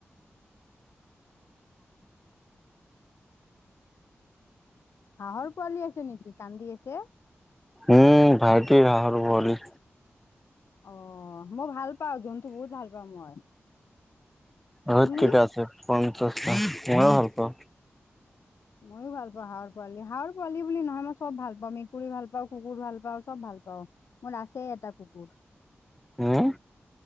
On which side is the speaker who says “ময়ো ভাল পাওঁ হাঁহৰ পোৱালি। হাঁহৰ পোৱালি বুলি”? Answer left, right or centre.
Left